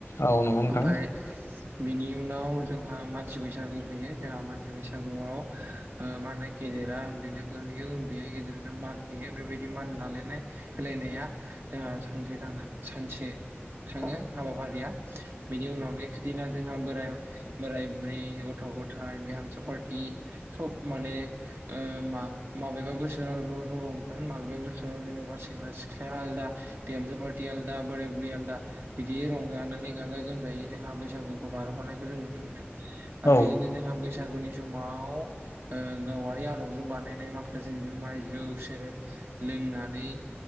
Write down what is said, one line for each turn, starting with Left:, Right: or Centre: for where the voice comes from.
Left: औ नंगौ नोंथां।
Right: ओमफाय बिनि उनाव जोंहा मानसि बैसागु फैयो जोंहा मानसि बैसागुआव ओ मा होनोखि गेदेरा उन्दैनो बोर होयो, उन्दैया गेदेरनो मान होयो बेबायदि मान लालायनाय होलायनाया जोंहा सानसे थाना सानसे थांङो हाबाफारिया बिनि उनाव नेक्स दिना जोंहा बोराय-बोराय, बुरै, गथ'-गथाय बिहामजो पारति सब माने ओ मा माबेबा बोसोराव ज' ज' रंजागोन माबेबा बोसोराव जेनेबा सेंग्रा, सिख्ल आलादा, बिहामजो पारति आलदा, बोराय-बुरै आलदा, बिदियै रंजानानै गाजा-गोमजा जायै जोंहा बैसागुखौ बारहरनायखौ जों नुनो मोनो। आरो
Left: औ
Right: बिदिनो जोंहा बैसागुनि समाव ओ गावारि आदबजों बानायनाय माखासे जुमाय जौ सेरेब लोंनानै